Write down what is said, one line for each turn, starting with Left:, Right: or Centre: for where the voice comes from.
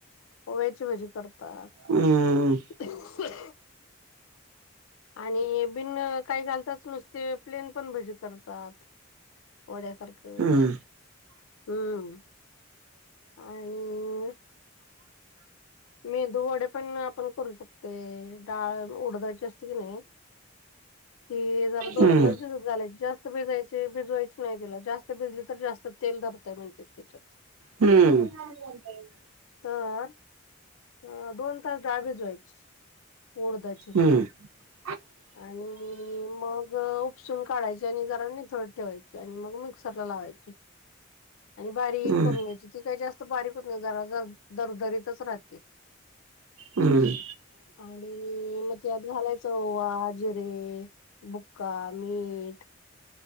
Left: ओव्याची भजी करतात.
Right: हम्म
Left: <unintelligible> आणि बिन काही घालतच नुसते प्लेन पण भजी करतात. वड्यासारखं
Right: हम्म
Left: हम्, आणि मेंदू वडे पण आपण करू शकतो. ते डाळ उडदाची असते की नाही ती जरा दोनं
Right: हम्म
Left: तास भिजत झालायची जास्त भिजायची, भिजवायची नाही त्याला जास्त भिजली तर जास्त तेल धरत म्हण त्याच्यात.
Right: हम्म. <unintelligible>
Left: तर, अ दोन तास डाळ भिजवायची उडदाची.
Right: हम्म. <inaudible>
Left: आणि मग उपसून काढायची आणि जरा नितळत ठेवायची आणि मग मिक्स मिक्सरला लावायची, आणि बारीक
Right: हम्म
Left: करून घ्यायची ती काय जास्त बारीक होत नाही जरा ज दरदरीतच राहते.
Right: हम्.
Left: आणि मग त्यात घालायचं बाजरे, बुक्का, मीठ